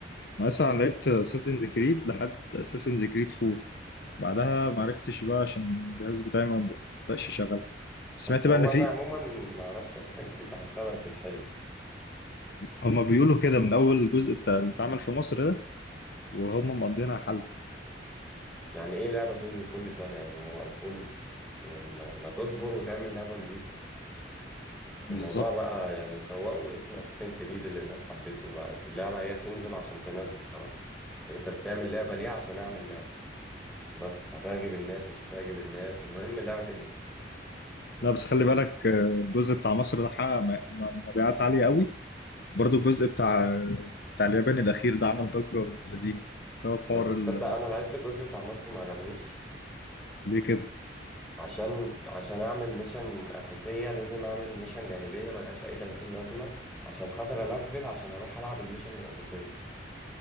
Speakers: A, on the left; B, in the centre.
A: مثلا لعبت اساسنز كريد لحد اساسنز كريد 4 بعدها ما عرفتش بقى عشان الجهاز بتاعي ما بدأش يشتغل سمعت
B: بس هو
A: بقى ان في
B: أنا عموما ما أعرفش أساسا كريت بحسها بقت تتحلب
A: هما بيقولوا كده من اول جزء بتاع اللي اتعمل في مصر ده وهما مقضينها حلب
B: يعني إيه لعبة تنزل كل سنة يعني هو أيفون يعني ما, ما تصبر وتعمل لعبة نظيفة
A: بالظبط
B: الموضوع بقى يعني سوقوا اسم أساسا كريد اللي الناس حبته بقت اللعبة هي بتنزل عشان تنزل خلاص يعني أنت بتعمل لعبة ليه عشان أعمل لعبة بس هتعجب الناس مش هتعجب الناس المهم اللعبة تنزل
A: لا بس خلي بالك آه، الجزء بتاع مصر ده حقق م- م- مبيعات عاليه قوي برضو الجزء بتاع بتاع اليابان الأخير ده عمل ضجة بنت لذينه بسبب حوار
B: بس
A: ال...
B: تصدق انا لعبت الجزء بتاع مصر ما عجبنيش
A: ليه كده؟
B: عشان عشان اعمل ميشن اساسيه لازم اعمل ميشن جانبيه ملهاش اي 30 لازمه عشان خاطر الفل عشان اروح العب الميشن الاساسيه